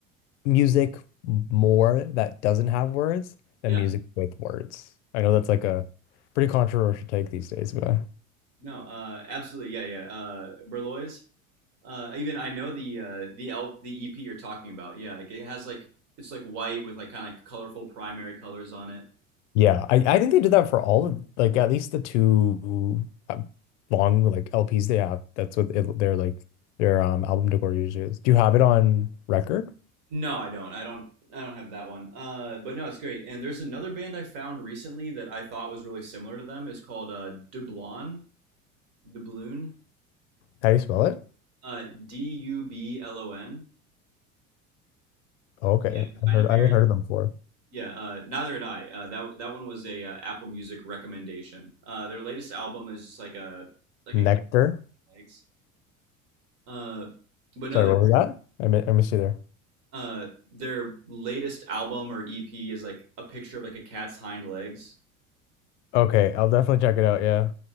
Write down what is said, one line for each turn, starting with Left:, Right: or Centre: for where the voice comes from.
Left: music more that doesn't have words
Right: yeah,
Left: than music with words. I know that's like a pretty controversial take these days, but
Right: no, uh, absolutely, yeah, yeah, uh, Berlioz. Uh, even I know the uh, the L the EP you're talking about. Yeah, like, it has like it's like white with like kind of like colorful primary colors on it.
Left: yeah, I I think they did that for all of like at least the two uh, long like LPs they have. That's what it, their like their um album decor usually is. Do you have it on record?
Right: No, I don't. I don't. I don't have that one. Uh, but no, it's great. And there's another band I found recently that I thought was really similar to them. It's called uh, Dublon, Dubloon,
Left: How do you spell it?
Right: uh, D U B L O N.
Left: Okay,
Right: Yeah,
Left: I've
Right: kind
Left: heard
Right: of very.
Left: I've heard of them before.
Right: Yeah, uh, neither had I. Uh, that that one was a uh, Apple Music recommendation. Uh, their latest album is just like a like
Left: Nectar.
Right: a cat on legs. Uh, but no,
Left: Sorry,
Right: their,
Left: what was that? I mi I missed you there.
Right: uh, their latest album or EP is like a picture of like a cat's hind legs.
Left: Okay, I'll definitely check it out. Yeah.